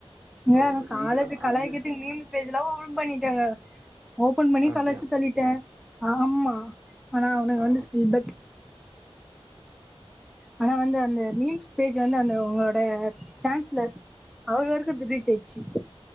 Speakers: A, on the right; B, in the centre.
A: ஓ
B: ஏ இந்த காலேஜு
A: இங்கெல்லா அந்த
B: கலாய்க்கத் து மீம்ஸ் பேஜல்லா ஓபன் பண்ணிட்டாங்க ஓபன் பண்ணி
A: அப்டியா
B: கலாச்சி தள்ளிட்டே ஆமா ஆனா அவனுக
A: ஓ
B: வந்து ஸ்ரீ பட் ஆனா வந்து அந்த மீம்ஸ் பேஜ் வந்து அந்த ஒங்கோட சான்ஸ்ல அவர் வரக்கு இது ரீச் அயிச்சி